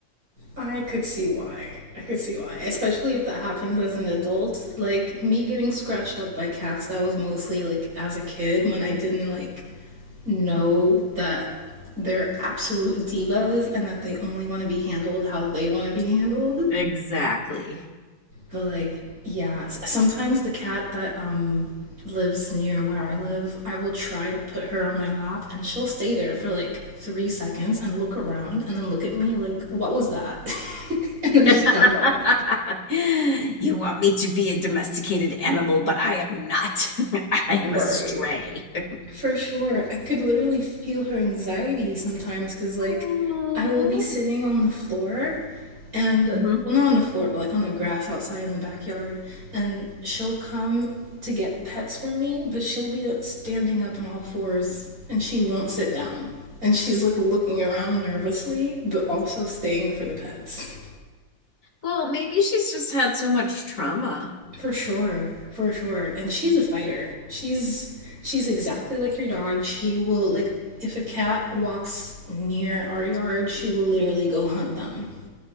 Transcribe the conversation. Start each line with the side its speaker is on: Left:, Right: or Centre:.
Right: I could see why. I could see why. Especially if that happens as an adult. Like me getting scratched up by cats, that was mostly like as a kid when I didn't like know that they're absolute divas and that they only want to be handled how they want to be handled.
Left: Exactly.
Right: But like, yeah, s- sometimes the cat that um lives near where I live, I will try to put her on my lap and she'll stay there for like 3 seconds and look around and then look at me like, "What was that?" <laughs> and then
Left: <laughs>
Right: just jump off.
Left: you want me to be a domesticated animal, but I am not. <laughs> I am
Right: Right.
Left: a stray. <laughs>
Right: For sure. I could literally feel her anxiety sometimes because, like,
Left: Aw.
Right: I will be sitting on the floor and,
Left: Mhm.
Right: well, not on the floor, but like on the grass outside in the backyard. And she'll come to get pets from me, but she'll be uh, standing up on all fours and she won't sit down. And she's like looking around nervously, but also staying for the pets. <laughs>
Left: Well, maybe she's just had so much trauma.
Right: For sure, for sure. And she's a fighter. She's she's exactly like your dog. She will like if a cat walks near our yard, she will literally go hunt them.